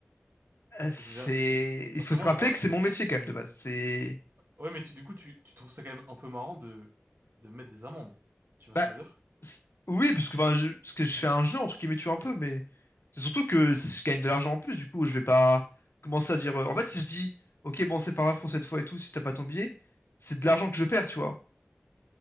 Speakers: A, on the left (about 70°); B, on the right (about 55°).
A: Euh, C'est,
B: C'est, c'est-
A: il
B: parce
A: faut
B: que
A: se
B: moi,
A: rappeler
B: moi,
A: que c'est mon métier quand même de base. C'est,
B: ouais, mais tu, du coup, tu, tu trouves ça quand même un peu marrant de, de mettre des amendes. Tu vois
A: bah,
B: ce que je veux dire?
A: c'est- oui, parce que, enfin, je... parce que je fais un jeu entre guillemets, tu vois, un peu, mais c'est surtout que si je gagne de l'argent en plus. Du coup, je vais pas commencer à dire. euh, En fait, si je dis, ok, bon, c'est pas grave pour cette fois et tout, si t'as pas ton billet, c'est de l'argent que je perds, tu vois.